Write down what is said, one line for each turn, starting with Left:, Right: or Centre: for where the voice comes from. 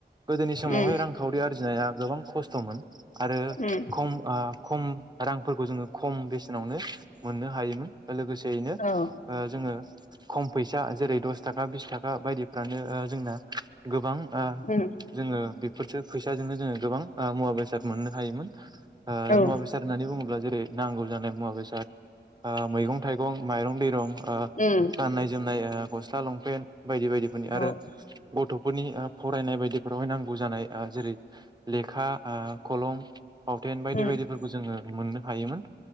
Right: गोदनि समावहाय
Left: उम
Right: रांखावरि आर फुनाया गोब खस्थ खस्थ'मोन आरो
Left: उम
Right: खम ओ खम रांफोरखौ जोङो खम बेसेनावनो मोननो हायोमोन लोगोसेयैनो
Left: औ
Right: ओ जोङो खम फैसा जेरै दस थाखा बिस थाखा बायदिफ्रानो जोंना गोबां ओ
Left: उम
Right: जोङो बेफोरसो फैसाजोंनो जोङो गोबां मुवा बेसाद मोननो हायोमोन ओ
Left: औ
Right: मुवा बेसार होननानै बुङो जेरै नांगौ जानाय मुवा बेसाद ओ मैगं थाइगं माइरं दैरं ओ
Left: उम
Right: गाननाय जोमनाय ओ ग स्ला लंपेन्ट बायदि बायदिफोरनि
Left: औ
Right: आरो गथ'फोरनि फरायनाय बायदिफोरावहाय नांगौ जानाय जेरै लेखा आ खलम फावथेन बायदि
Left: उम
Right: बायदिफोरखौ जोङो मोननो हायोमोन